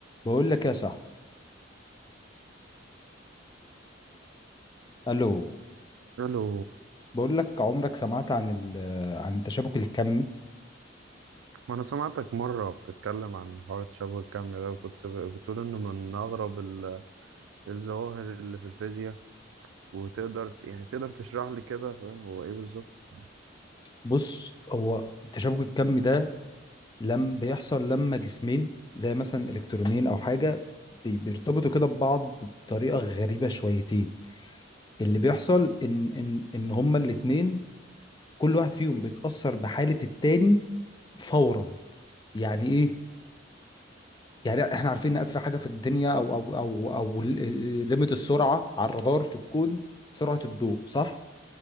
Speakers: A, on the left (about 20°); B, on the right (about 85°).
A: بقول لك يا صاحبي الو
B: الو
A: بقول لك عمرك سمعت عن ال عن التشابك الكمي
B: ما انا سمعتك مره بتتكلم عن حوار تشابه الكم ده وكنت ب- بتقول انه من اغرب ال- الظواهر اللي في الفيزياء وتقدر يعني تقدر تشرح لي كده فاهم هو ايه بالظبط
A: بص هو التشابك الكمي ده لم بيحصل لما جسمين زي مثلا الكترونين او حاجه بي- بيرتبطوا كده ببعض بطريقه غريبه شويتين اللي بيحصل ان ان ان هما الاتنين كل واحد فيهم بيتاثر بحاله التاني فورا يعني ايه يعني احنا عارفين ان اسرع حاجه في الدنيا او او او او ليميت السرعه على الرادار في الكون سرعه الضوء صح